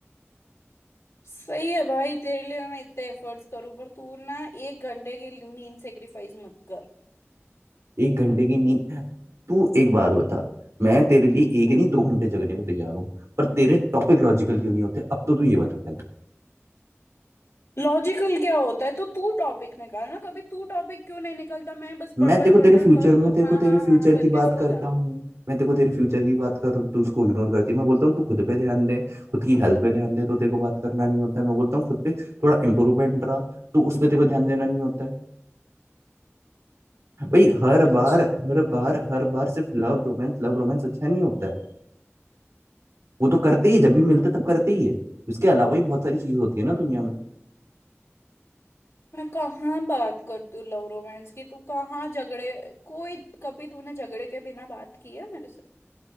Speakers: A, on the left; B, on the right.
A: सही है भाई तेरे लिए मैं इतने एफर्ट्स करूं पर तू ना एक घंटे की नींद सेक्रीफाइस मत कर
B: एक घंटे की नींद तू एक बात बता मैं तेरे लिए एक
A: हम्म
B: नहीं दो घंटे जगने को तैयार हूँ पर तेरे टॉपिक लॉजिकल क्यों नहीं होते अब तो तू ये बता पहले
A: लॉजिकल क्या होता है तो तू टॉपिक निकाल ना कभी तू टॉपिक क्यों नहीं निकलता मैं बस बड़बड़
B: मैं तेरे को
A: बड़बड़
B: तेरे फ्यूचर
A: करूँ
B: में
A: तू
B: तेरे
A: हाँ
B: को तेरे
A: हाँ
B: फ्यूचर
A: हाँ हाँ
B: की
A: करके
B: बात
A: सो
B: करता
A: जा
B: हूँ मैं तेरे को तेरे फ्यूचर की बात कर रहा हूँ तू उसको इग्नोर करती है मैं बोलता हूँ तू खुद पे ध्यान दे खुद की हेल्थ पे ध्यान दे तो तेरे को बात करना नहीं होता है मैं बोलता हूँ खुद पे थोड़ा इम्प्रूवमेंट रहा तो उस पे तेरे को ध्यान देना नहीं होता है भाई हर
A: अच्छा
B: बार हर बार हर बार सिर्फ लव रोमांस लव रोमांस अच्छा नहीं होता है वो तो करते ही है, जब भी मिलते तब करते ही है उसके अलावा भी बहुत सारी चीज होती है ना दुनिया में
A: मैं कहाँ बात कर तू लव रोमांस की तू कहाँ झगड़े कोई कभी तूने झगड़े के बिना बात की है मेरे से